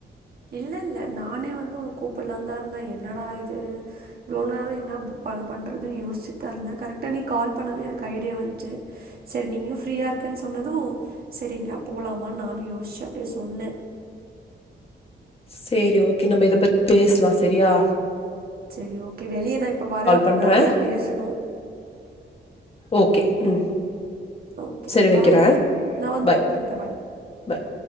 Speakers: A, on the right; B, on the left.
A: இல்லல்ல நானே வந்து உன கூப்டலாந்தா இருந்தேன் என்னடா இ லோனாவே என்னப் பண்றதுன்னு யோசிச்சுட் தான் இருந்தேன் கரெக்டா நீ கால் பண்ணதும் எனக்கு ஐடியா வந்துச்சி சரி நீயும் ப்ரீயாயிருக்கன் சொன்னதும் சரி எங்கயாது போலாமான்னு நானும் யோசிச்சேன் அப்டியே சொன்னே
B: சேரி ஓகே நம்ம இத பத் பேஸ்லா செரியா
A: சேரி ஓகே வெளிய நா இப்ப வர அப்றோ
B: பண்றேன்
A: நெறைய பேசணு
B: ஓகே ம்
A: ஓகே
B: சரி வைக்கிற
A: பாய் நா வந்து
B: பாய்
A: கூப்பிட்டுக்கிறே
B: பாய்